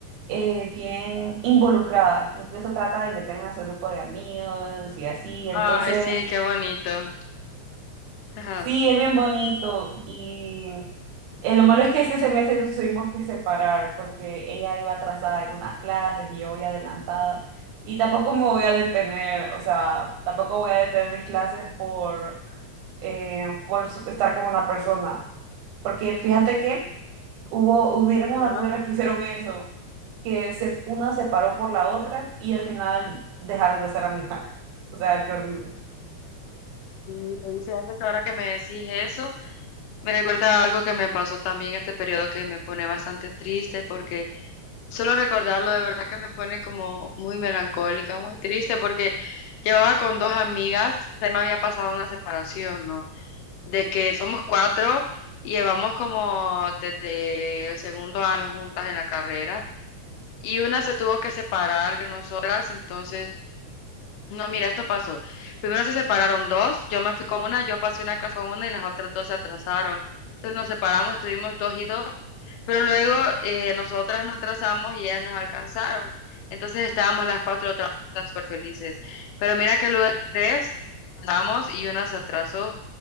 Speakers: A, on the right (about 85°); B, on the left (about 85°).
A: eh, bien involucrada. Incluso trata de meterme a su grupo de amigos y así. Entonces,
B: Ay, sí, qué bonito. Ajá.
A: sí, es bien bonito. Y eh, lo malo es que este semestre nos tuvimos que separar porque ella iba atrasada en unas clases y yo voy adelantada. Y tampoco me voy a detener, o sea, tampoco voy a detener mis clases por, eh, por estar con una persona. Porque fíjate que hubo, hubieron
B: Ajá.
A: unas cuirras que hicieron eso, que se, una se paró por la otra y al final dejaron de ser amigas. O sea, qué horrible.
B: Y, y fíjate que ahora que me decís eso, me recuerda a algo que me pasó también este periodo que me pone bastante triste porque Solo recordarlo de verdad que me pone como muy melancólica, muy triste, porque llevaba con dos amigas, o sea, me había pasado una separación, ¿no? De que somos cuatro y llevamos como desde el segundo año juntas en la carrera y una se tuvo que separar de nosotras, entonces... No, mira, esto pasó. Primero se separaron dos, yo me fui con una, yo pasé una clase con una y las otras dos se atrasaron. Entonces nos separamos, estuvimos dos y dos, pero luego eh, nosotras nos atrasamos y ellas nos alcanzaron. Entonces estábamos las cuatro otra vez todas súper felices. Pero mira que luego tres andamos y una se atrasó.